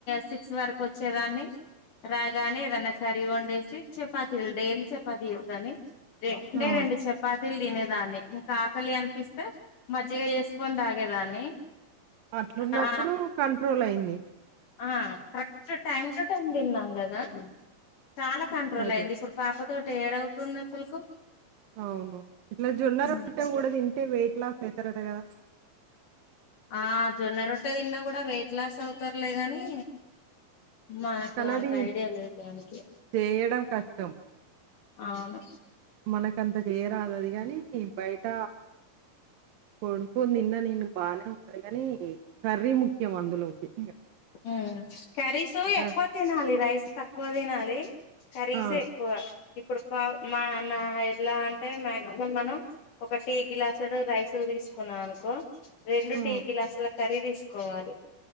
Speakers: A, on the left; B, on the right.
A: సిక్స్ వరకు వచ్చేదాన్ని రాగానే ఏదన్నా కర్రీ వండేసి చపాతీ డైలీ చపాతీ చేసేదాన్ని రెడ్కునే
B: ఆ!
A: రెండు చెపా తీల్ తినేదాన్ని ఇంకా ఆకలి అనిపిస్తే మజ్జిగ చేసుకొని తాగేదాన్ని
B: అట్లున్నప్పుడు
A: ఆ
B: కంట్రోల్ అయింది
A: ఆ కరెక్ట్ టైమ్ టు టైమ్ తిన్నాం కదా చాలా కంట్రోల్
B: అదే.
A: అయింది ఇప్పుడు పాప తో ఏడౌవుతుంది అసల్కు
B: అవును. ఇట్లా జొన్న రొట్టె
A: మ్
B: గూడా తింటే వెయిట్ లాస్ అయితారట గదా!
A: ఆ జొన్న రొట్టె తిన్నా కూడా వెయిట్ లాస్ అవుతార్లేగాని మనకు
B: కానీ
A: అంత
B: అది
A: ఐడియా లేదు దానికి
B: చేయడం కష్టం.
A: అవును
B: మనకంత చేరాదు అది కాగాని బయట కొనుకో తిన్నా నేను బాగానే ఉంటది కాని కర్రీ ముఖ్యం అందులోకి ఇంగ
A: మ్ కర్రీసు
B: క
A: ఎక్కువ తినాలి రైస్ తక్కువ తినాలి కర్రీసే
B: ఆ!
A: ఎక్కువ ఇప్పుడు పా మా నా ఎలా అంటే మాక్సిమం మనం ఒక టీ గ్లాస్డు రైస్ తీసుకున్నా అనుకో రెండు
B: ఆ!
A: టీ గ్లాసుల కర్రీ తీసుకోవాలి